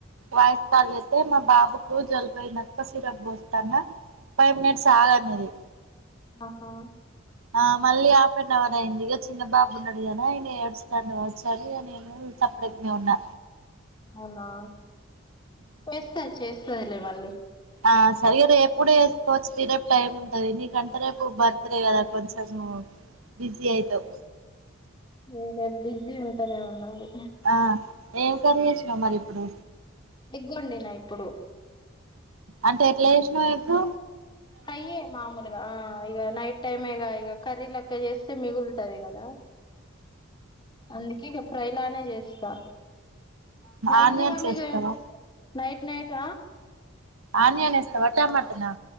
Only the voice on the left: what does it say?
ఆహా
అవునా చేస్తాది చేస్తదిలే మళ్ళీ
ఏ రేపు బిజీ ఉంటదేమో నాది
ఎగ్ వండిన ఇప్పుడు
ఫ్రై యే మామూలే ఆ ఇక నైట్ టైమ్ ఇక ఇక కర్రీ లెక్క చేస్తే మిగుల్తది కదా అందుకే ఇక ఫ్రై లానే చేస్తా మాక్సిమం
ఇక నైట్ నైట్